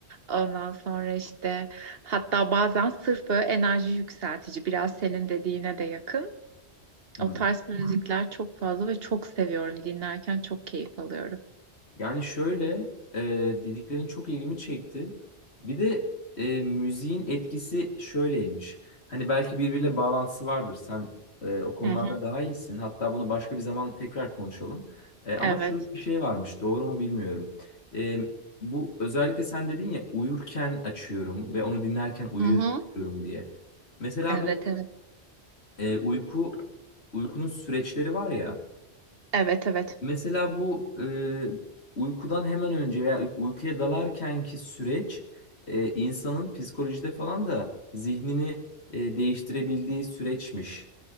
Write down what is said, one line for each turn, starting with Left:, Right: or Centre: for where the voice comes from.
Right: Ondan sonra işte hatta bazen sırf böyle enerji yükseltici biraz senin dediğine de yakın.
Left: Hmm.
Right: O tarz müzikler çok fazla ve çok seviyorum. Dinlerken çok keyif alıyorum.
Left: Yani şöyle e, dediklerin çok ilgimi çekti. Bir de e, müziğin etkisi şöyleymiş. Hani belki birbiriyle bağlantısı vardır. Sen e, o konularda
Right: Hı hı.
Left: daha iyisin. Hatta bunu başka bir zaman tekrar konuşalım. E, ama
Right: Evet.
Left: şöyle bir şey varmış. Doğru mu bilmiyorum. E, bu özellikle sen dedin ya uyurken açıyorum ve onu dinlerken uyuyorum
Right: Hı hı.
Left: diye. Mesela
Right: Evet
Left: bu
Right: evet.
Left: e, uyku uykunun süreçleri var ya.
Right: Evet evet.
Left: Mesela bu e, uykudan hemen önce veya uy- uykuya dalarkenki süreç e, insanın psikolojide falan da zihnini e, değiştirebildiği süreçmiş.